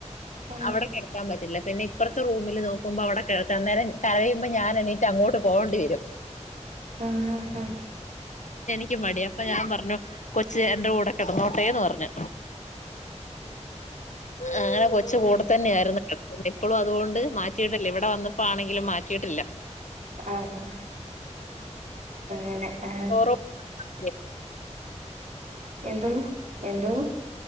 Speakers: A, on the right; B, on the left.
A: ആ
B: അവിടെ കിടക്കാൻ പറ്റില്ല പിന്ന ഇപ്പറത്തെ റൂമിൽ നോക്കുമ്പോ അവിടെ കിടത്തന്നേരം കരയുബോ ഞാൻ എണീട്ട് അങ്ങോട്ട് പോകേണ്ടിവരും
A: ആഹ് ആഹ് ആ
B: ക്ക്‌ മടി അപ്പൊ ഞാൻ പറഞ്ഞു കൊച്ച് എന്റെ കൂടെ കിടന്നോട്ടേന്ന് പറഞ്ഞു അങ്ങനെ കൊച്ച കൂടെത്തന്നെയായിരുന്നു കിട <unintelligible> ഇപ്പോ അതുകൊണ്ട് മാറ്റിയിട്ടില്ല ഇവിടെ വന്നപ്പോ ആണെങ്കിലും മാറ്റിയിട്ടില്ല
A: ആ <unintelligible> അങ്ങനെ ആ
B: ഓറോ <unintelligible>
A: എന്തോ എന്തോ